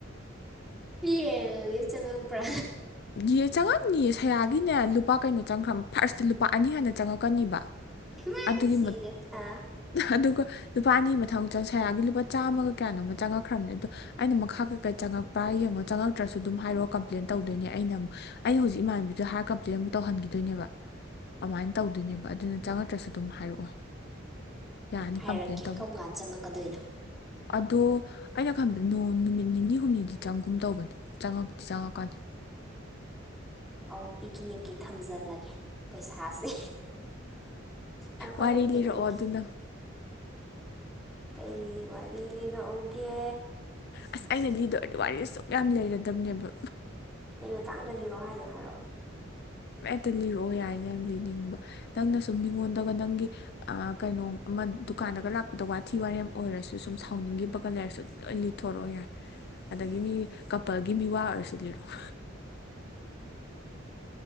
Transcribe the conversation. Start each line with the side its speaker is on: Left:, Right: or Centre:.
Centre: ꯍ ꯅꯦ ꯆꯉꯒꯕ꯭ꯔꯥ
Left: ꯌꯦ ꯆꯪꯉꯛꯅꯤꯌꯦ ꯁꯌꯥꯒꯤꯅꯦ ꯂꯨꯄꯥ ꯀꯩꯅꯣ ꯆꯪꯈ꯭ꯔꯕ ꯐꯥꯔꯁꯇ ꯂꯨꯄꯥ ꯑꯅꯤ ꯍꯥꯟꯅ ꯆꯪꯉꯛꯀꯅꯤꯕ
Centre: ꯏꯃꯥ
Left: ꯑꯗꯨꯒꯤ
Centre: ꯁꯤꯔꯦ ꯑꯥ
Left: ꯑꯗꯨꯒ ꯂꯨꯄꯥ ꯑꯅꯤ ꯁꯌꯥꯒꯤ ꯂꯨꯄꯥ ꯆꯥꯝꯃꯒ ꯀꯌꯥꯅꯣꯃ ꯆꯪꯉꯛꯈ꯭ꯔꯕꯅꯦ ꯑꯗꯣ ꯑꯩꯅ ꯃꯈꯥ ꯀꯩꯀꯩ ꯆꯪꯉꯛꯄ꯭ꯔꯥ ꯌꯦꯡꯉꯣ ꯆꯪꯉꯛꯇ꯭ꯔꯁꯨ ꯑꯗꯨꯝ ꯍꯥꯏꯔꯛꯑꯣ ꯀꯝꯄ꯭ꯂꯦꯟ ꯇꯧꯗꯣꯏꯅꯦ ꯑꯩꯅ ꯑꯃꯛ ꯑꯩꯅ ꯍꯧꯖꯤꯛ ꯏꯃꯥꯟꯅꯕꯤꯗꯣ ꯍꯥꯏꯔ ꯀꯝꯄ꯭ꯂꯦꯟ ꯑꯃꯨꯛ ꯇꯧꯍꯟꯈꯤꯗꯣꯏꯅꯦꯕ ꯑꯗꯨꯃꯥꯏꯅ ꯇꯧꯗꯣꯏꯅꯦꯕ ꯑꯗꯨꯅ ꯆꯥꯈꯠꯇ꯭ꯔꯁꯨ ꯑꯗꯨꯝ ꯍꯥꯏꯔꯛꯑꯣ ꯌꯥꯔꯅꯤ
Centre: ꯍꯥꯏꯔꯛꯀꯦ
Left: ꯀꯝꯄ꯭ꯂꯦꯟ ꯇꯧꯕ
Centre: ꯀꯔꯝ ꯀꯥꯟꯗ ꯆꯪꯉꯛꯀꯗꯣꯏꯅꯣ
Left: ꯑꯗꯣ ꯑꯩꯅ ꯈꯟꯕꯗ ꯅꯨꯃꯤꯠ ꯅꯤꯅꯤ ꯍꯨꯝꯅꯤꯗꯤ ꯆꯪꯒꯨꯝ ꯇꯧꯕꯅꯦ ꯆꯪꯉꯛꯇꯤ ꯆꯪꯉꯛꯀꯥꯟꯅꯤ
Centre: ꯑꯣ ꯄꯤꯛꯅꯤꯛꯀꯤ ꯊꯝꯖꯤꯜꯂꯒꯦ ꯄꯩꯁꯥꯁꯦ ꯑꯩꯈꯣꯏ
Left: ꯋꯥꯔꯤ
Centre: ꯑꯝ
Left: ꯂꯤꯔꯛꯑꯣ
Centre: ꯄꯤꯛꯅꯤꯛꯈꯤ
Left: ꯑꯗꯨꯅ
Centre: ꯀꯩ ꯋꯥꯔꯤ ꯂꯤꯔꯛꯎꯒꯦ
Left: ꯑꯁ ꯑꯩꯅ ꯂꯤꯗ ꯑꯣꯏꯔꯗꯤ ꯋꯥꯔꯤꯁ ꯁꯨꯡꯛ ꯌꯥꯝ ꯂꯩꯔꯗꯝꯅꯦꯕ
Centre: ꯀꯩ ꯃꯇꯥꯡꯗ ꯂꯤꯔꯣ ꯍꯥꯏꯅꯣ ꯍꯥꯏꯔꯣ
Left: ꯍꯦꯠꯇ ꯂꯤꯔꯛꯑꯣ ꯌꯥꯏꯅ ꯂꯤꯅꯤꯡꯕ ꯅꯪꯅ ꯁꯨꯝ ꯃꯤꯉꯣꯟꯗꯒ ꯅꯪꯒꯤ ꯀꯩꯅꯣ ꯑꯃ ꯗꯨꯀꯥꯟꯗꯒ ꯂꯥꯛꯄꯗ ꯋꯥꯊꯤ ꯋꯥꯔꯦꯝ ꯑꯣꯏꯔꯁꯨ ꯁꯨꯝ ꯁꯥꯎꯅꯤꯡꯈꯤꯕꯒ ꯂꯩꯔꯁꯨ ꯂꯣꯏ ꯂꯤꯠꯊꯣꯔꯛꯑꯣ ꯌꯥꯏ ꯑꯗꯒꯤ ꯃꯤ ꯀꯄꯜꯒꯤ ꯃꯤ ꯋꯥ ꯑꯣꯏꯔꯁꯨ ꯂꯤꯔꯛꯑꯣ